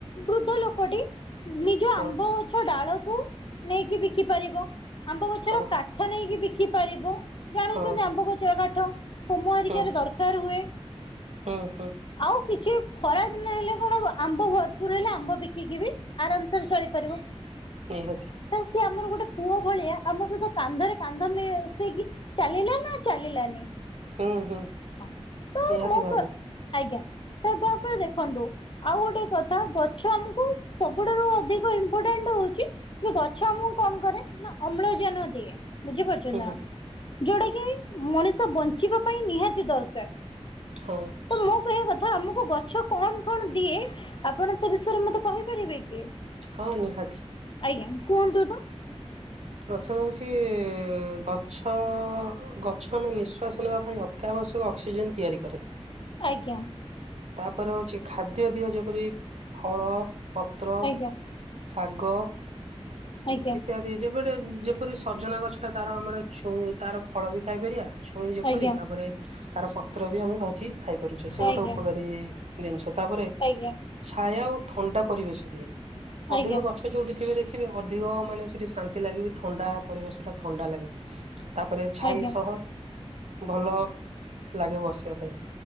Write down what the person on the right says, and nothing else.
ହଁ
ହଁ
ହଁ
ହୁଁ
ହୁଁ ହୁଁ।
ନିହାତି।
ହୁଁ ହୁଁ ନିହାତି
ଭାବରେ।
ହୁଁ
ହଁ।
ହଁ ନିହାତି।
ପ୍ରଥମେ ହଉଚି ଗଛ ଗଛ ଆମେ ନିଶ୍ଵାସ ନେବା ପାଇଁ ଅତ୍ୟାବଶ୍ୟକ ଅକ୍ସିଜେନ ତିଆରି କରେ।
ତାପରେ ହଉଚି ଖାଦ୍ୟ ଦିହ ଯେପରି ଫଳ ପତ୍ର
ଶାଗ
ଇତ୍ୟାଦି। ଯେବେଟ ଯେପରି ସଜନା ଗଛ ଟା ତାର ଆମର ଛୁଇ ତାର ଫଳ ବି ଖାଇପାରିବା। ଛୁଇଁ ଯେପରି
ତାପରେ ତାର ପତ୍ର ବି ଆମେ ଭାଜି ଖାଇପାରୁଚେ। ସେ
ଗୋଟେ ଉପକାରୀ ଜିନିଷ। ତାପରେ
ଛାୟା ଓ ଥଣ୍ଡା ପରିବେଶ ଦିଏ
ଅଧିକ ଗଛ ଯୋଉଠି ଥିବେ ଦେଖିବେ ଅଧିକ ମାନେ ସେଠି ଶାନ୍ତି ଲାଗିବ ଥଣ୍ଡା ପରିବେଶ ଟା ଥଣ୍ଡା ଲାଗେ। ତାପରେ ଛାଇ
ସହ ଭଲ ଲାଗେ ବସିବା ପାଇଁ